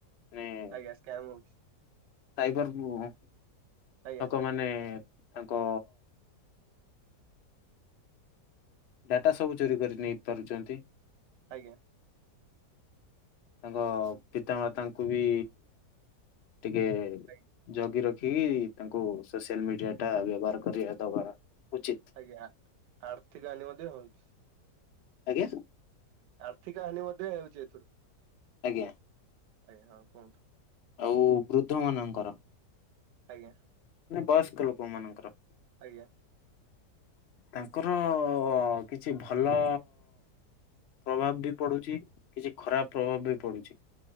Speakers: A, on the left; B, on the right.
A: ମାନେ
B: <unintelligible>
A: ସାଇବର୍ <unintelligible>
B: ଆଜ୍ଞା
A: ଲୋକମାନେ ତାଙ୍କ୍ ଡାଟା ସବୁ ଚୋରି କରି ନେଇ ପାରୁଚନ୍ତି।
B: ଆଜ୍ଞା।
A: ତାଙ୍କ ପିତାମାତାଙ୍କୁ ବି ଟିକେ,
B: ଆଜ୍ଞା
A: ଜଗି ରଖିକି ତାଙ୍କୁ ସୋସିଆଲ୍ ମିଡିଆ ଟା ବ୍ୟବହାର କରିବା ଦବା ଉଚିତ୍।
B: ଆଜ୍ଞା, ଆର୍ଥିକ ହାନି ମଧ୍ୟ ହଉଚି।
A: ଆଜ୍ଞା।
B: ଆର୍ଥିକ ହାନି ମଧ୍ୟ ହେଉଚି ଏଥିରୁ।
A: ଆଜ୍ଞା,
B: ଆଜ୍ଞା ହଁ କୁହନ୍ତୁ
A: ଆଉ ବୃଦ୍ଧ ମାନଙ୍କର
B: ଆଜ୍ଞା।
A: ନା ବୟସ୍କ ଲୋକ ମାନଙ୍କର
B: ଆଜ୍ଞା।
A: ତାଙ୍କର ଅ ଅ, କିଛି ଭଲ ପ୍ରଭାବ ବି ପଡୁଛି କିଛି ଖରାପ ପ୍ରଭାବ ବି ପଡୁଛି।